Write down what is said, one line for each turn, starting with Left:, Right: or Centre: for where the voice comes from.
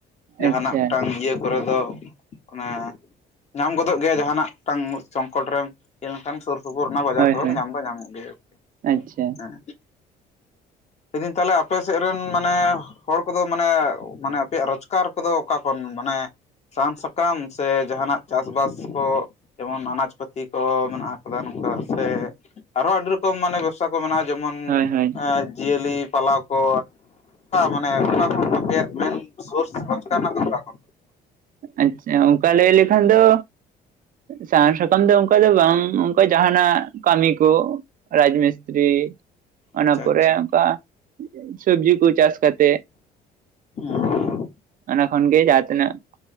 Left: ᱡᱟᱦᱟᱱᱟᱜ
Right: ᱟᱪᱪᱷᱟ
Left: ᱢᱤᱫ ᱴᱟᱝ ᱤᱭᱟᱹ ᱠᱚᱨᱮ ᱫᱚ ᱚᱱᱮ ᱧᱟᱢ ᱜᱚᱫᱚᱜ ᱜᱮᱭᱟ ᱡᱟᱦᱟᱱᱟᱜ, ᱢᱤᱫᱴᱟᱝ ᱪᱚᱝᱠᱚᱞ ᱨᱮ ᱞᱮᱱᱠᱷᱟᱱ ᱥᱩᱨ ᱥᱩᱯᱩᱨ ᱨᱮᱱᱟᱜ ᱵᱟᱡᱟᱨ
Right: ᱦᱳᱭ
Left: ᱠᱚᱨᱮ
Right: ᱦᱳᱭ
Left: ᱫᱚ ᱧᱟᱢ ᱫᱚ ᱧᱟᱢᱚᱜ ᱜᱮᱭᱟ,
Right: ᱟᱪᱪᱷᱟ
Left: ᱦᱮᱸ ᱢᱮᱱ ᱫᱤᱧ ᱛᱟᱦᱚᱞᱮ ᱟᱯᱮ ᱥᱮᱫ ᱨᱮᱱ ᱢᱟᱱᱮ, ᱦᱚᱲ ᱠᱚᱫᱚ ᱢᱟᱱᱮ ᱢᱟᱱᱮ ᱟᱯᱮᱭᱟᱜ ᱨᱳᱡᱽᱜᱟᱨ ᱠᱚᱫᱚ ᱚᱠᱟ ᱠᱷᱚᱱ ᱢᱟᱱᱮ, ᱥᱟᱦᱟᱱ ᱥᱟᱠᱟᱢ ᱥᱮ ᱡᱟᱦᱟᱱᱟᱜ ᱪᱟᱥᱵᱟᱥ ᱠᱚ, ᱡᱮᱢᱚᱱ ᱟᱱᱟᱡᱽ ᱯᱟᱹᱛᱤ ᱠᱚ, ᱢᱮᱱᱟᱜ ᱠᱟᱫᱟ ᱱᱚᱝᱠᱟ ᱥᱮ ᱟᱨᱦᱚᱸ ᱟᱹᱰᱤ ᱨᱚᱠᱚᱢ ᱢᱟᱱᱮ ᱵᱮᱵᱥᱟ ᱠᱚ ᱢᱮᱱᱟᱜᱼᱟ, ᱡᱮᱢᱚᱱ
Right: ᱦᱳᱭ ᱦᱳᱭ
Left: ᱮ ᱡᱤᱭᱟᱹᱞᱤ ᱯᱟᱞᱟᱣ ᱠᱚ ᱢᱟᱱᱮ ᱫᱚ ᱪᱮ ᱢᱮᱱ ᱥᱳᱨᱥ ᱨᱳᱡᱽᱜᱟᱨ ᱨᱮᱱᱟᱜ ᱫᱚ ᱚᱱᱠᱟ ᱠᱚ
Right: ᱟᱪᱪᱷᱟ, ᱚᱱᱠᱟ ᱞᱟᱹᱭ ᱞᱮᱠᱷᱟᱱ ᱫᱚ ᱥᱟᱦᱟᱱ ᱥᱟᱠᱟᱢ ᱫᱚ ᱵᱟᱝ ᱚᱱᱠᱟ ᱫᱚ ᱵᱟᱝ ᱚᱱᱠᱟ ᱡᱟᱦᱟᱱᱟᱜ ᱠᱟᱹᱢᱤ ᱠᱚ ᱾ ᱨᱟᱡᱽᱢᱤᱥᱛᱨᱤ
Left: ᱟᱪᱪᱷᱟ
Right: ᱚᱱᱟ ᱯᱚᱨᱮ
Left: ᱟᱪᱪᱷᱟ
Right: ᱚᱱᱠᱟ ᱥᱚᱵᱡᱤ ᱠᱚ ᱪᱟᱥ ᱠᱟᱛᱮ ᱾
Left: <unintelligible>
Right: ᱚᱱᱟ ᱠᱷᱚᱱ ᱜᱮ ᱡᱟᱦᱟᱸᱛᱤᱱᱟᱹᱜ